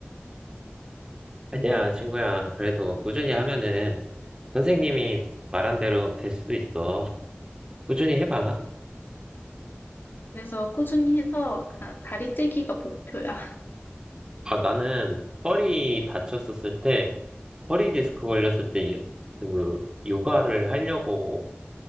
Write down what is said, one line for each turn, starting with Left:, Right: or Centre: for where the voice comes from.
Right: 아니야, 친구야. 그래도 꾸준히 하면은 선생님이 말한 대로 될 수도 있어. 꾸준히 해봐.
Left: 그래서 꾸준히 해서 다, 다리 째기가 목표야. <laughs>
Right: 아, 나는 허리 다쳤었을 때, 허리 디스크 걸렸을 때, 그, 요가를 하려고,